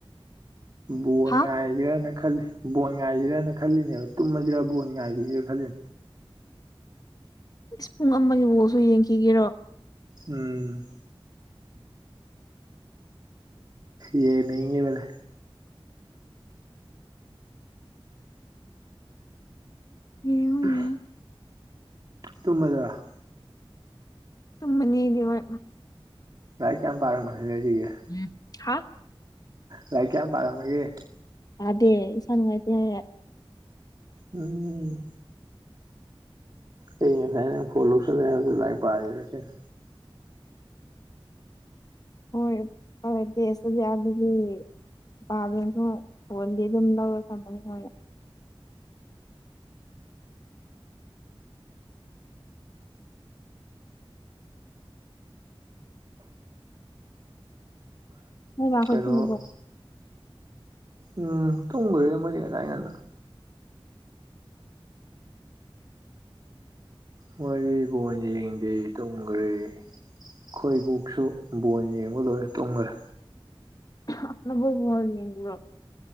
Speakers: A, on the right (about 45°); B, on the left (about 40°).
A: ꯕꯣꯟ
B: ꯍꯥ
A: ꯉꯥꯏꯖꯤꯔꯅ ꯈꯜꯂꯤ ꯕꯣꯟ ꯉꯥꯏꯖꯤꯔꯅ ꯈꯜꯂꯤꯅꯦꯕ ꯇꯨꯝꯃꯖꯤꯔꯥ ꯕꯣꯟ ꯉꯥꯏꯖꯤꯔ ꯈꯜꯂꯤ
B: ꯏꯁ ꯄꯨꯡ ꯑꯃꯒꯤ ꯕꯣꯜꯁꯨ ꯌꯦꯡꯈꯤꯒꯦꯔꯣ
A: ꯎꯝ ꯌꯦꯡꯅꯤꯡꯉꯤꯕꯅꯦ
B: ꯌꯦꯡꯉꯣ
A: ꯎꯝ
B: ꯌꯦꯡꯉꯣ
A: ꯇꯨꯝꯃꯗꯔꯥ
B: ꯇꯨꯝꯃꯅꯤ ꯑꯩꯗꯤ ꯍꯣꯏ
A: ꯂꯥꯏꯔꯤꯛ ꯀꯌꯥꯝ ꯄꯥꯔꯝꯃꯒꯦ ꯉꯁꯤꯒꯤ
B: ꯎꯝ ꯍꯥ
A: ꯂꯥꯏꯛ ꯀꯌꯥꯝ ꯄꯥꯔꯝꯃꯒꯦ
B: ꯄꯥꯗꯦ ꯏꯁꯥ ꯅꯨꯡꯉꯥꯏꯇꯦ ꯍꯥꯏꯔ
A: ꯎꯝ ꯑꯩꯗꯤ ꯉꯁꯥꯏ ꯅꯪ ꯐꯣꯟ ꯂꯧꯁꯜꯂꯦ ꯍꯥꯏꯕꯗꯨ ꯂꯥꯏꯔꯤꯛ ꯄꯥꯏꯔ ꯁꯤꯅꯤ
B: ꯍꯣꯏ <unintelligible> ꯄꯥꯗꯔꯁꯨ ꯐꯣꯟꯗꯤ ꯑꯗꯨꯝ ꯂꯧꯔ ꯊꯝꯃꯅꯤ ꯍꯣꯏ <unintelligible>
A: ꯀꯩꯅꯣ ꯎꯝ ꯇꯨꯡꯒꯔꯦ ꯃꯣꯏꯗꯤ ꯉꯁꯥꯏ ꯑꯩ ꯉꯥꯟꯅ ꯃꯗꯤ ꯐꯣꯟ ꯌꯦꯡꯗꯦ ꯇꯨꯝꯒ꯭ꯔꯦ ꯈꯣꯏꯕꯣꯛꯁꯨ ꯕꯣꯟ ꯌꯦꯡꯕ ꯂꯣꯏꯔ ꯇꯣꯡꯈ꯭ꯔꯦ
B: ꯍꯥ ꯅꯕꯣꯛ ꯕꯣꯟ ꯌꯦꯡꯕꯔꯣ